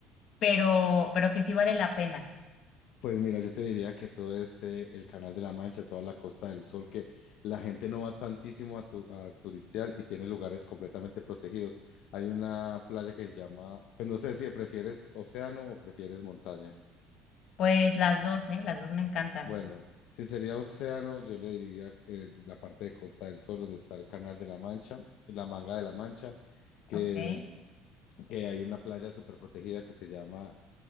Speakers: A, on the left; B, on the left.
A: pero pero que sí vale la pena.
B: Pues mira, yo te diría que todo este, el Canal de la Mancha, toda la Costa del Sol, que la gente no va tantísimo a, tu- a turistear y tiene lugares completamente protegidos. Hay una playa que se llama, pues no sé si prefieres océano o prefieres montaña.
A: Pues las dos, eh, las dos me encantan.
B: Bueno, si sería océano, yo le diría eh, la parte de Costa del Sol, donde está el Canal de la Mancha, la Manga de la Mancha, que
A: Okay,
B: es que hay una playa súper protegida que se llama